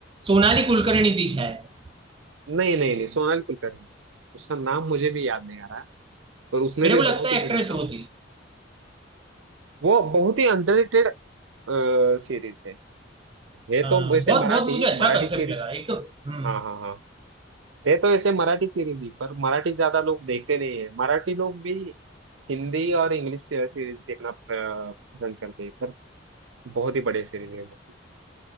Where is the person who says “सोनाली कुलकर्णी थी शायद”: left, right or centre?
Right